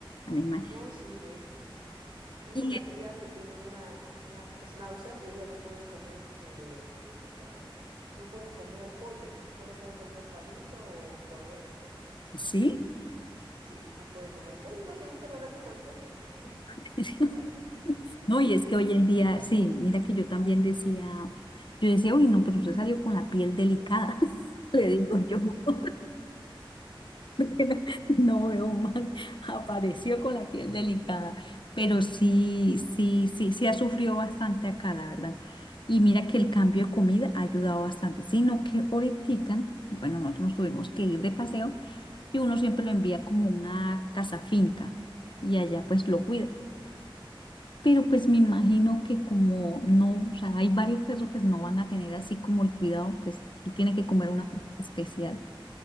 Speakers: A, on the left; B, on the right.
A: la misma.
B: No, sí, de hecho. Tengo
A: Y
B: una tía que tiene una, una schnauzer y ella no puede comer este, ¿cómo se llama esta vaina? No puede comer pollo, solo puede comer pavito o cordero.
A: sí.
B: Sí, no puede comer pollo. Imagina un perro alérgico al pollo.
A: <laughs>
B: Qué raro.
A: No, y es que hoy en día, sí, mira que yo también decía, yo decía, uy, no, pero usted salió con la piel delicada, <laughs> le digo yo, <laughs> porque no, no veo mal, apareció con la piel delicada, pero sí, sí, sí, sí ha sufrido bastante acá, la verdad. Y mira que el cambio de comida ha ayudado bastante, sino que ahorita, bueno, nosotros nos tuvimos que ir de paseo y uno siempre lo envía como una casa finca y allá pues lo cuida. Pero pues me imagino que como no, o sea, hay varios perros, pues no van a tener así como el cuidado, pues él tiene que comer
B: Claro,
A: una comida especial.